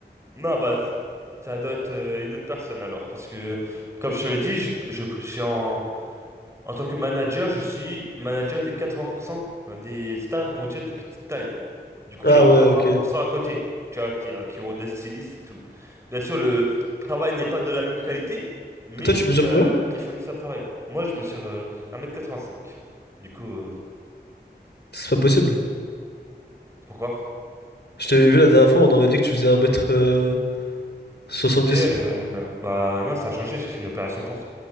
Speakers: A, on the right; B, on the left.
A: Non, bah, ça doit être euh, une autre personne alors. Parce que, comme je te l'ai dit, je, je, je suis en, en tant que manager, je suis manager des 80% des stars mondiales de petite taille. Du coup,
B: Ah
A: il y a encore
B: ouais,
A: 20%
B: ok. Et
A: à côté, tu vois, qui, euh, qui ont des stylistes et tout. Bien sûr, le travail n'est pas de la même qualité, mais
B: toi, tu mesures
A: euh,
B: combien?
A: ils fournissent un travail. Moi, je mesure euh, 1m85. Du coup, euh,
B: C'est pas possible.
A: pourquoi?
B: Je t'avais vu la dernière fois, on aurait dit que tu faisais 1 soixante-dix.
A: Ok, euh, bah non, ça a changé, j'ai fait une opération pour